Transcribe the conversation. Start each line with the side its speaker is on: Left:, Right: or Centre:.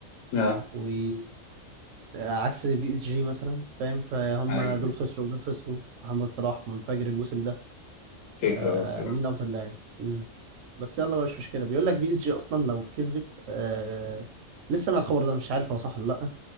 Left: اه
Right: و عكس بي اس جي مثلا فاهم فهم
Left: ايوه
Right: دول خسروا ودول خسروا محمد صلاح منفجر الموسم ده
Left: فكرة
Right: فمين
Left: بس لا
Right: افضل لاعب مم. بس يلا بقى مش مشكله بيقول لك بي اس جي اصلا لو كسبت آه لسه مع الخبر ده مش عارف هو صح ولا لا